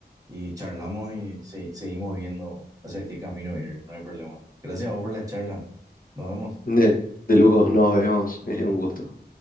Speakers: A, on the right; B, on the left.
A: y charlamos y se- seguimos viendo hacia qué camino ir. No hay problema. Gracias a vos por la charla. Nos vemos.
B: De, de lujo, nos vemos. <laughs> Es un gusto.